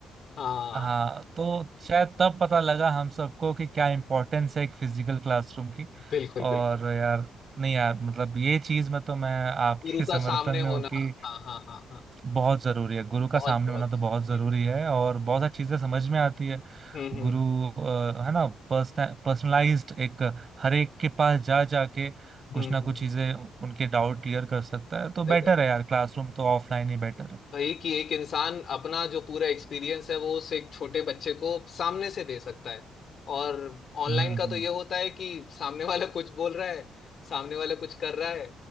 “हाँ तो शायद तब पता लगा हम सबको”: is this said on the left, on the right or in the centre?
Right